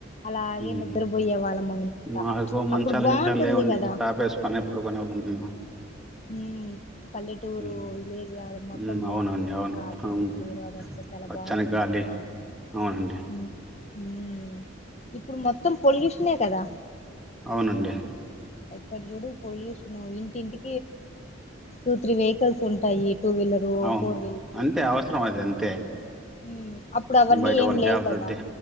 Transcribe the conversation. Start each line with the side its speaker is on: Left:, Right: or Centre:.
Left: అలాగే
Centre: ఉహుం
Left: నిద్రపోయే వాళ్ళం అనమాట
Centre: మాకు మంచాలు
Left: అప్పుడు బాగుంటుంది
Centre: గించాలు లేవండి
Left: కదా
Centre: చాప ఎసుకొనే పడుకునేళ్ళం మేము
Left: ఉమ్ పల్లెటూరు
Centre: హ్మ్.
Left: విలేజ్ అది మొత్తం
Centre: హ్మ్.
Left: బాగుంటుంది
Centre: అవునండి అవును
Left: కదా అట్మస్పియర్
Centre: అవును.
Left: అదంతా చాలా
Centre: పచ్చని
Left: బాగుంటుంది
Centre: గాలి
Left: కదా
Centre: అవునండి
Left: ఉ ఊమ్ ఇప్పుడు మొత్తం పొల్యూషనే కదా
Centre: అవునండి
Left: అక్కడ జుడు పొల్యూషన్ ఇంటి ఇంటి టూ త్రీ వెహికల్స్ ఉంటాయి టూ వీలరు
Centre: అవును
Left: ఫోర్
Centre: అంతే అవసరం అది అంతే
Left: ఈ అప్పుడు అవన్నీ
Centre: బయట
Left: ఏం
Centre: వాళ్ళ
Left: లేవు
Centre: జాబ్
Left: కదా
Centre: వృద్ధి.